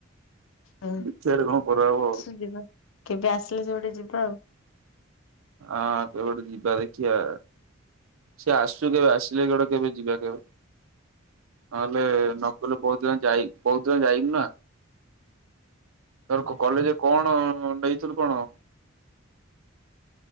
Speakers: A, on the left (about 70°); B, on the right (about 80°).
A: ହୁଁ।
B: ଦେଖିବା ଗୋଟେ କଣ କରାହବ ଆଉ।
A: ଯିବା କେବେ ଆସିଲେ ଯଉଟେ ଯିବା ଆଉ।
B: ହଁ କେବେ ଗୋଟେ ଯିବା ଦେଖିଆ। ସେ ଆସୁ କେବେ ଆସିଲେ କେବେ ଗୋଟେ ଯିବା କେବେ? ନହେଲେ ନକୁଲୁ କହୁଥିଲା ଯାଇ କହୁଥିଲା ଯାଇନୁ ନା। ତୋର କଲେଜରେ କଣ ନେଇଥିଲୁ କଣ?